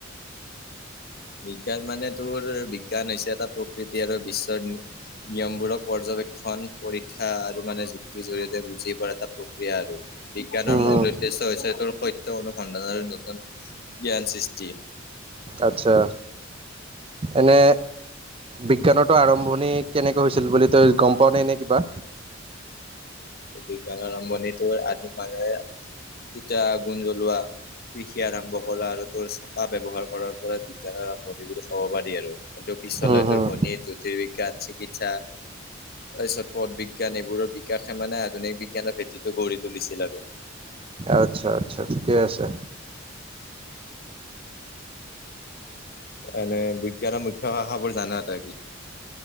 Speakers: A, on the left (about 50°); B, on the right (about 25°).
A: বিজ্ঞান মানে তোৰ বিজ্ঞান হৈছে এটা প্ৰকৃতি আৰু বিশ্বৰ নিয়মবোৰক পৰ্যবেক্ষণ, পৰীক্ষা আৰু মানে যুক্তিৰ জৰিয়তে বুজি পোৱা এটা প্ৰক্ৰিয়া আৰু। বিজ্ঞানৰ মূল
B: হম
A: উদ্দেশ্য হৈছে তোৰ সত্য অনুসন্ধানৰ নতুন জ্ঞান সৃষ্টি।
B: আচ্ছা, এনে বিজ্ঞানৰতো আৰম্ভণি কেনেকে হৈছিল বুলি তই গম পাৱ নে এনেই কিবা?
A: বিজ্ঞান আৰম্ভণিটো আদি মে দুটা গুণ জ্বলোৱা। কৃষি আৰম্ভ কৰা আৰু তোৰ চকা ব্যৱহাৰ কৰাৰ পৰা বিজ্ঞান আৰম্ভণি বুলি ক'ব পাৰি আৰু। এইটো পিছলে
B: উম হম
A: তোৰ বনি যোগ। টেৰিকাছ চিকিৎসা, তাৰপিছত পদ বিজ্ঞান এইবোৰৰ দি বিকাশে মানে আধুনিক বিজ্ঞানৰ ভেটিতো গঢ়ি তুলিছিল আৰু।
B: আচ্ছা আচ্ছা ঠিকে আছে।
A: এনেই বিজ্ঞানৰ মুখ্য ভাষাবোৰ জানা তই কি?